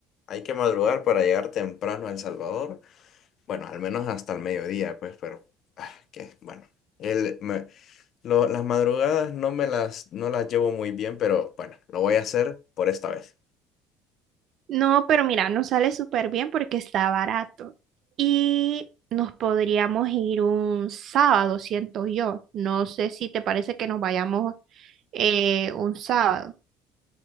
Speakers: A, on the left; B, on the right.
A: Hay que madrugar para llegar temprano a El Salvador. Bueno, al menos hasta el mediodía, pues, pero ah, que bueno. El, me- lo- las madrugadas no me las, no las llevo muy bien, pero bueno, lo voy a hacer por esta vez.
B: No, pero mira, nos sale súper bien porque está barato. Y nos podríamos ir un sábado, siento yo. No sé si te parece que nos vayamos eh, un sábado.